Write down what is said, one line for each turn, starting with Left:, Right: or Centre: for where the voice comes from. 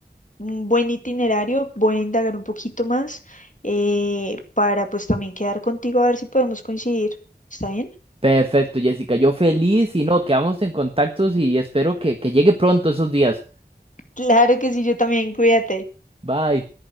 Left: un buen itinerario, voy a indagar un poquito más eh, para pues también quedar contigo a ver si podemos coincidir. ¿Está bien?
Right: Perfecto, Jessica. Yo feliz y no, quedamos en contactos y espero que, que llegue pronto esos días.
Left: Claro que sí, yo también, cuídate.
Right: Bye.